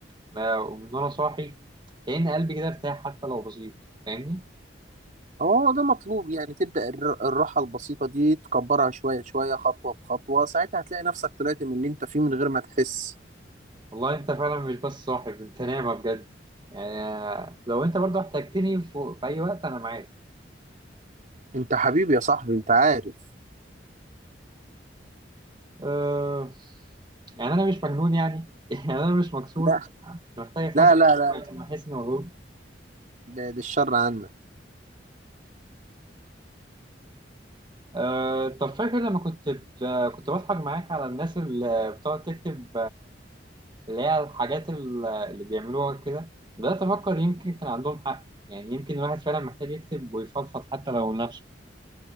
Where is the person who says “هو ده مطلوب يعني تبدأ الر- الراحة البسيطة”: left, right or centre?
Right